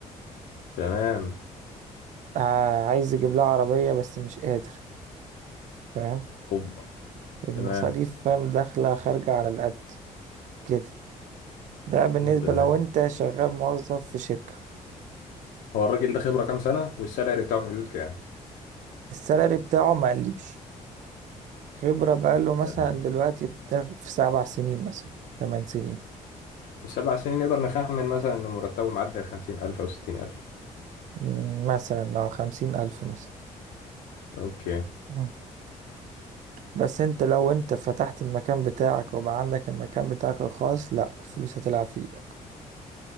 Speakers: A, on the left; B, on the right.
A: تمام
B: ع- عايز يجيب لها عربية بس مش قادر فاهم
A: اوبا
B: المصاريف
A: تمام
B: فاهم داخلة خارجة على القد كده ده بالنسبة
A: مم، تمام
B: لو انت شغال موظف في شركة
A: هو الراجل ده خبرة كام سنة والسالري بتاعه في حدود كام
B: السالري بتاعه ما قليش خبرة بقاله مثلا
A: تمام
B: دلوقتي بتاع في سبع سنين مثلا تمن سنين
A: سبع سنين نقدر نخمن مثلا إن مرتبه معدي الخمسين ألف أو ستين ألف
B: مم، مثلا لو خمسين ألف مثلا
A: أوكي
B: مم. بس انت لو انت فتحت المكان بتاعك وبقى عندك المكان بتاعك الخاص لا فلوس هتلعب في ايدك